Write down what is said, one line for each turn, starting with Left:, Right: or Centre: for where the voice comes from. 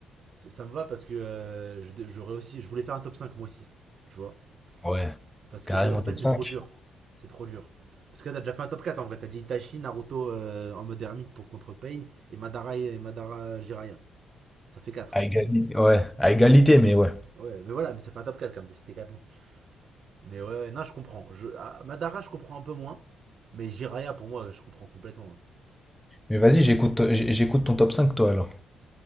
Right: Ça, ça me va parce que euh, j'aurais aussi. Je voulais faire un top 5 moi aussi. Tu vois
Centre: Ouais,
Right: Parce
Centre: carrément
Right: que c'est en fait,
Centre: top
Right: c'est
Centre: cinq
Right: trop dur. C'est trop dur. Parce que là, t'as déjà fait un top 4 en vrai. T'as dit Itachi, Naruto euh, en mode ermite pour contre Pain et Madara, et Madara Jiraiya. Ça fait 4,
Centre: À égalité. Ouais, à égalité,
Right: tu
Centre: mais
Right: vois.
Centre: ouais.
Right: Ouais, mais voilà, mais ça fait un top 4 quand même, t'as cité 4 noms. Mais ouais, ouais, non, je comprends. Je, ah, Madara, je comprends un peu moins. Mais Jiraya, pour moi, je comprends complètement.
Centre: Mais vas-y, j'écoute j'- j'écoute ton top 5 toi, alors.